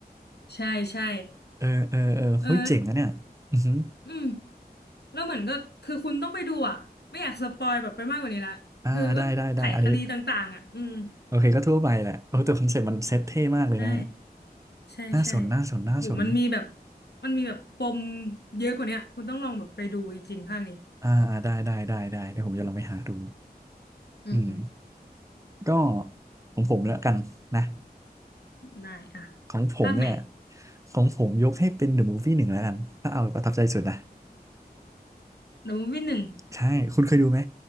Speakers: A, on the left; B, on the right.
A: ใช่ใช่
B: เออเออเออเฮ้ยเจ๋งนะเนี่ยอือหือ
A: เออ อืมแล้วเหมือนก็คือคุณต้องไปดูอ่ะไม่อยากสปอยแบบไปมากกว่านี้ละคือก็ไขคดีต่างๆอ่ะอืม
B: อ่าได้ได้ได้อันนี้โอเคก็ทั่วไปแหละโอ้แต่คอนเซ็ปต์มันเซ็ตเท่มากเลยนะเนี่ย
A: ใช่ใช่ใช่
B: น่าสนน่าสนน่าสน
A: โหมันมีแบบมันมีแบบปมเยอะกว่าเนี้ยคุณต้องลองแบบไปดูจริงๆภาคนี้
B: อ่าอ่าได้ได้ได้ได้เดี๋ยวผมจะลองไปหาดู
A: อืมอืม
B: อืมก็ของผมแล้วกันนะ
A: ได้อ่ะ
B: ของผมเนี่ย
A: ภาคไหน
B: ของผมยกให้เป็น The Movie หนึ่งแล้วกันถ้าเอาประทับใจสุดนะ
A: เดอะมูฟวี่หนึ่ง
B: ใช่คุณเคยดูไหม